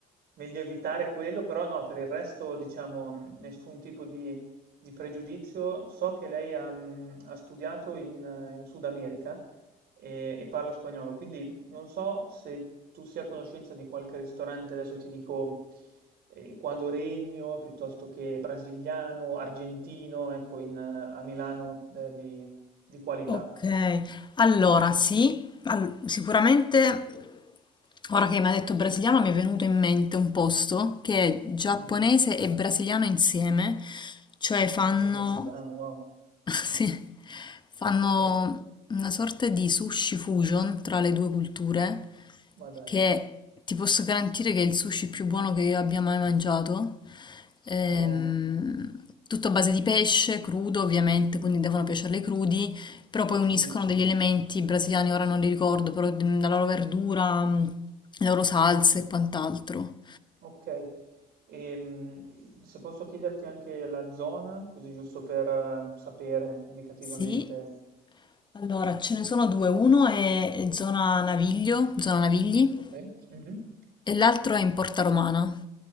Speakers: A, on the right; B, on the left.
A: meglio evitare quello, però no, per il resto diciamo mm, nessun tipo di, di pregiudizio. So che lei ha, mm, ha studiato in, eh, in Sud America e, e parla spagnolo, quindi non so se tu sia a conoscenza di qualche ristorante, adesso ti dico eh, ecuadoregno piuttosto che brasiliano, argentino, ecco, in, eh, a Milano eh, di, di qualità.
B: Ok, allora sì, al- sicuramente ora che mi ha detto brasiliano mi è venuto in mente un posto che è giapponese
A: Mhm.
B: e brasiliano insieme, cioè
A: Giapponese
B: fanno
A: brasiliano, wow.
B: <laughs> Sì, fanno
A: Ok,
B: una sorta di sushi fusion tra le due culture
A: ma dai,
B: che ti posso garantire che è il sushi più buono che io abbia mai mangiato. Ehm,
A: wow.
B: tutto a base di pesce, crudo ovviamente, quindi devono piacerle crudi, però poi uniscono
A: Sì,
B: degli elementi brasiliani, ora non li ricordo, però mm, la loro verdura, mm, le loro salse e quant'altro.
A: ok. Ehm, se posso chiederti anche la zona, così giusto per eh, sapere indicativamente.
B: Sì, allora ce ne sono due, uno è zona Naviglio, zona Navigli
A: Ok. Mhm.
B: E l'altro è in Porta Romana.